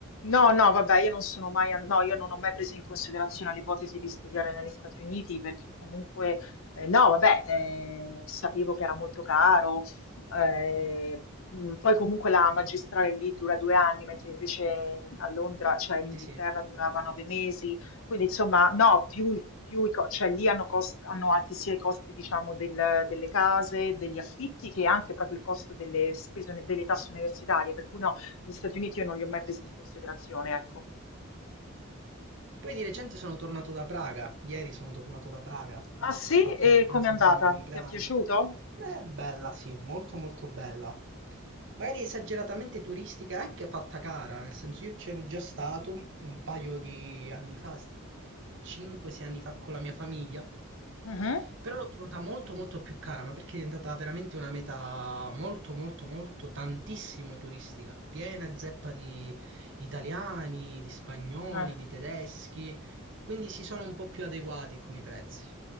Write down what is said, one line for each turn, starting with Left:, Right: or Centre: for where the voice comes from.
Left: No, no, vabbè, io non sono mai, an- no, io non ho mai preso in considerazione l'ipotesi di studiare negli Stati Uniti perché comunque, eh, no, vabbè, eh, sapevo che era molto caro, eh, mh, poi comunque la magistrale lì dura due anni, mentre invece in- a Londra, cioè in Inghilterra
Right: Sì, sì.
Left: durava nove mesi, quindi insomma, no, più, il- più i co- cioè lì hanno, cost- hanno alti sia i costi, diciamo, del- delle case, degli affitti, che anche proprio il costo delle spese, delle tasse universitarie, per cui no. Gli Stati Uniti io non
Right: Ah,
Left: li ho mai presi
Right: sì,
Left: in
Right: sì.
Left: considerazione, ecco.
Right: Poi di recente sono tornato da Praga, ieri sono tornato da Praga,
Left: Ah
Right: ho
Left: sì?
Right: fatto
Left: E
Right: un viaggio
Left: com'è andata?
Right: per il mio compleanno.
Left: Ti è piaciuto?
Right: È bella, sì, molto molto bella. Magari esageratamente turistica, è anche fatta cara, nel senso io c'ero già stato un paio di anni fa, 5-6 anni fa con la mia famiglia,
Left: Mhm.
Right: però l'ho trovata molto molto più cara, ma perché è diventata veramente una meta molto molto molto tantissimo turistica, piena e zeppa di di italiani, di spagnoli,
Left: Ah,
Right: di tedeschi, quindi si sono un po' più adeguati con i prezzi.